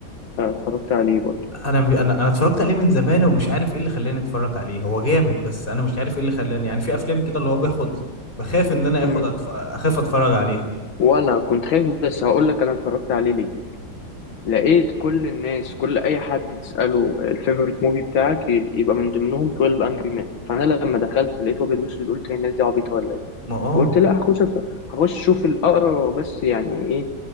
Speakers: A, on the left; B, on the left.
A: آه اتفرجت عليه برضه
B: انا انا انا اتفرجت عليه من زمان ومش عارف ايه اللي خلاني اتفرج عليه هو جامد بس انا مش عارف ايه اللي خلاني يعني في افلام كده اللي هو باخد بخاف ان انا اخد
A: مم.
B: أتف... اخاف اتفرج عليه
A: وانا كنت خايف بس هقول لك انا اتفرجت عليه ليه لقيت كل الناس كل اي حد تساله الفيفوريت موفي بتاعك ي- يبقى من ضمنهم 12 انجري مان فانا لما دخلت لقيت ابيض واسود قلت هي الناس دي عبيطه ولا ايه
B: ما اه
A: فقلت لا هخش أتف- هخش اشوف الاقرا بس يعني ايه